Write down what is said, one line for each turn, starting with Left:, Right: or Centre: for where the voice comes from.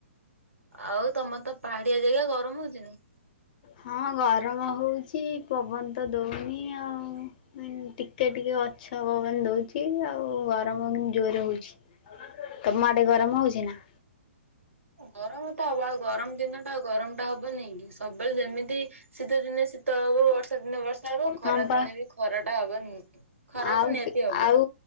Right: ଆଉ ତମର ତ ପାହାଡ଼ିଆ ଜାଗା ଗରମ ହଉଚିନା?
Left: ହଁ ଗରମ ହଉଛି ପବନ ତ ଦଉନି ଆଉ। ନାଁଇ ଟିକେ ଟିକେ ଗଛ ପବନ ଦଉଛି ଆଉ ଗରମ ଜୋରେ ହଉଛି। ତମ ଆଡେ଼ ଗରମ ହଉଚି ନା?
Right: ଗରମ ତ ହବ ଆଉ ଗରମ ଦିନ ଟା ଆଉ ଗରମ ଟା ହବ ନାଇଁକି ସବୁବେଳେ ଯେମିତି ତି ଶୀତ ଦିନେ ଶୀତ ହବ, ବର୍ଷା ଦିନେ ବର୍ଷା ହବ, ଖରା
Left: ହଁ ପା
Right: ଦିନେ ବି ଖରାଟା ହବା ନି ଖରା
Left: ଆଉ
Right: ତ ନିହାତି ହବ।
Left: ଆଉ